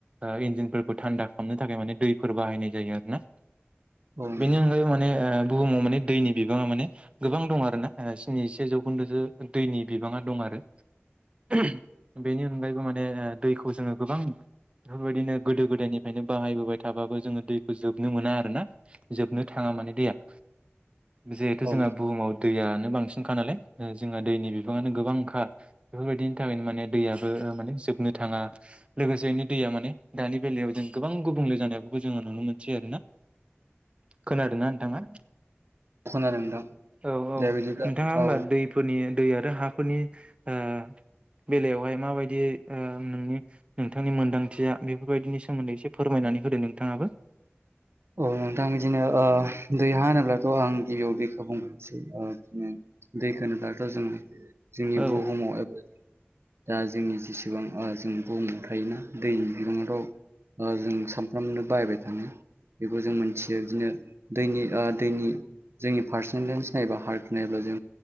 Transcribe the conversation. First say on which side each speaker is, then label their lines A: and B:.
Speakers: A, on the right (about 25°); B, on the right (about 65°).
A: ओ इन्जिनफोरखौ थान्दा खालामनो थाखाय माने दैफोर बाहायनाय जायो आरो ना।
B: नोंथां
A: बेनि अनगायै माने ओ बुहुमाव माने दैनि बिबाङा माने गोबां दं आरो ना स्निजिसे जौखोन्दोसो दैनि बिबाङा दं आरो। <inaudible> बेनि अनगायैबो माने दैखौ जोङो गोबां बेफोर बायदिनो गोदो गोदायनिफ्रायनो बाहायबोबाय थाबाबो जोङो दैखौ जोबनो मोना आरो ना। जोबनो थाङा माने दैेया। जिहेथु
B: औ
A: जोंहा बुहुमाव दैयानो बांसिनखा नालाय ओ जोंहा दैनि बिबाङानो गोबांखा। बेफोर बायदिनि थाखायनो माने दैयाबो ओ माने जोबनो थाङा। लोगोसेनो दैया माने दानि बेलायाव जों गोबां गुबुंले जानायबो जोङो नुनो मोनसै आरो ना।
B: <inaudible>
A: खोनादों ना नोंथाङा?
B: खोनादों नोंथां
A: औ औ
B: दे बिदिब्ला
A: नोंथाङा होमबा
B: औ
A: दैफोरनि दै आरो हाफोरनि ओ बेलायावहाय माबायदि ओ नोंनि नोंथांनि मोनदांथिया बेफोर बायदिनि सोमोन्दै एसे फोरमायनानै होदो नोंथाङाबो।
B: औ नोंथां बिदिनो ओ दै हा होनोब्लाथ' आं गिबियाव दैखौ बुंग्रांसै ओ बिदिनो दै होनोब्लाथ' जोङो जोंनि
A: औ
B: बुहुमाव एबा दा जोंनि जेसेबां ओ जों बुहुमाव थायोना दैनि बिबाङाथ' ओ जों सानफ्रामनो बाहायबाय थाङो बेखौ जों मिथियो बिदिनो दैनि आ दैनि जोंनि पारसेन्टेज नायोबा हार्क नायोब्ला जों